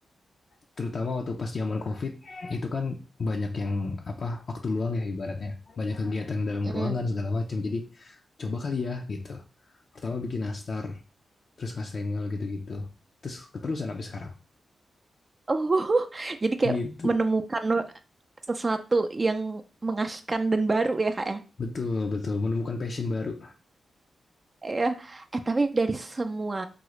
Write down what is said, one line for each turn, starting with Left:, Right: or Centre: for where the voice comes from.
Left: Terutama waktu pas zaman COVID itu kan banyak yang apa waktu luang ya ibaratnya, banyak kegiatan dalam
Right: Hmm.
Left: ruangan segala macam. Jadi coba kali ya gitu. Pertama bikin nastar, terus Kastengel gitu-gitu. Terus keterusan sampai sekarang.
Right: Oh, <laughs> jadi kayak
Left: gitu
Right: menemukan sesuatu yang mengasihkan dan baru ya Kak ya?
Left: Betul, betul. Menemukan passion baru.
Right: Iya. Eh tapi dari semua